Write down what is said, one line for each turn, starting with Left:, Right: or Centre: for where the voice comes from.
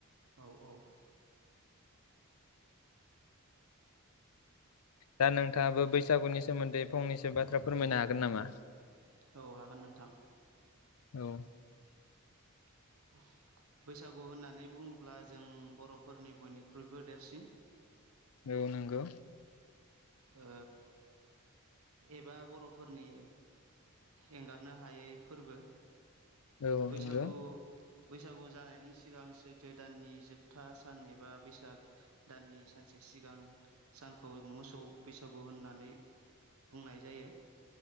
Right: औ-औ
Left: दा नोंथांङाबो बैसागुनि सोमोन्दै फंनैसो बाथ्रा फोरमायनो हागोन नामा
Right: औ हागोन नोंथां
Left: औ
Right: <unintelligible> बैसागु होननानै बुंङोब्ला जों बर'फोरनि बयनिख्रुइबो देरसिन
Left: औ नंगौ।
Right: ओ एबा बर'फोरनि एंगारनो हायै फोरबो।
Left: औ
Right: बैसागु
Left: नंगौ
Right: बैसागु जानायनि सिगां सैथो दाननि जोबथा सान एबा बैसाग दाननि सानसे सिगां सानखौ मोसौ बैसागु होननानै बुंनाय जायो।